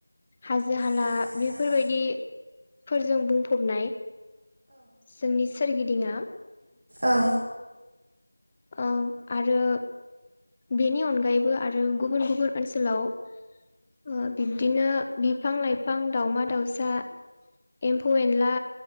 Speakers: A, on the left; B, on the right.
A: हाजो-हाला
B: हाजो हाला
A: बेफोरबायदिफोरजों बुंफबनाय। जोंनि सोरगिदिंआ
B: औ
A: ओ आरो बेनि अनगायैबो आरो गुबुन गुबुन ओनसोलाव ओ बिब्दिनो बिफां-लाइफां दाावमा -दाउसा एम्फौ -एनला